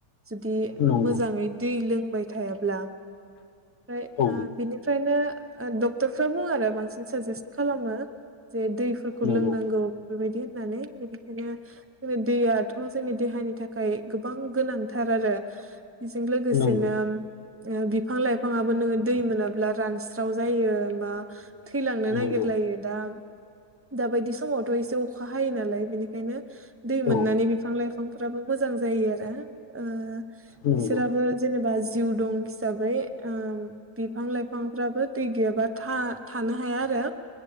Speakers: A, on the right; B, on the left.
A: जुदि
B: नंगौ
A: मोजाङै दै लोंबाय थायाब्ला ओमफ्राय
B: औ
A: ओ बिनिफ्रायनो ओ डक्टरफ्रा बुङो आरो बांसिन साजेस्ट खालामो जे दैफोरखौ
B: नंगौ
A: लोंनांगौ बेफोरबायदि होननानै बि ओंखायनो अबे दैयाथ' जोंनि देहानि थाखाय गोबां गोनांथार आरो बेजों लोगोसेनो
B: नंगौ
A: ओ बिफां - लाइफाङाबो नोङो दै मोनाब्ला रानस्राव जायो बा थैलांनो
B: नंगौ
A: नागिर
B: नंगौ
A: दा दा बायदि समावथ' एसे अखा हायो नालाय बिनि दै मोननानै
B: औ
A: बिफां- लाइफांफोराबो मोजां जायो आरो ओ
B: नंगौ
A: बिसोरा ओ जेनेबा जिउ दं हिसाबै ओम बिफां- लाइफांफ्राबो दै गैयाबा था थानो हाया आरो